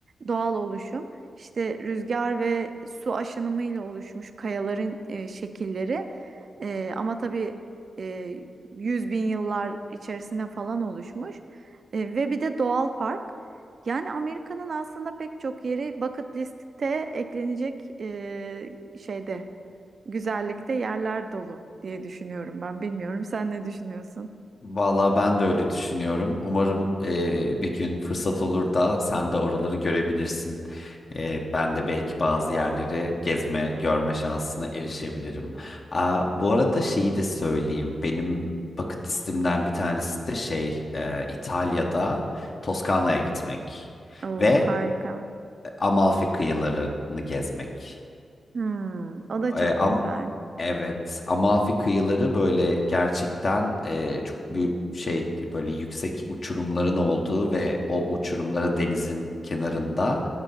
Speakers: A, on the right; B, on the left.
A: doğal oluşum. İşte rüzgar ve su aşınımıyla oluşmuş kayaların e, şekilleri. E, ama tabii e, 100 bin yıllar içerisinde falan oluşmuş. E, ve bir de doğal park. Yani Amerika'nın aslında pek çok yeri bucket listte eklenecek e, şeyde, güzellikte yerler dolu diye düşünüyorum ben. Bilmiyorum sen ne düşünüyorsun?
B: Vallahi ben de öyle düşünüyorum. Umarım e, bir gün fırsat olur da sen de oraları görebilirsin. E, ben de belki bazı yerleri gezme, görme şansına erişebilirim. Aa, bu arada şeyi de söyleyeyim. Benim bucket listemden bir tanesi de şey e, İtalya'da Toskana'ya gitmek
A: Oo
B: ve
A: harika.
B: Amalfi kıyılarını gezmek.
A: Hmm, o da çok
B: E, am
A: güzel.
B: evet, Amalfi kıyıları böyle gerçekten e, çok büyük şey böyle yüksek uçurumların olduğu ve o uçurumlara denizin kenarında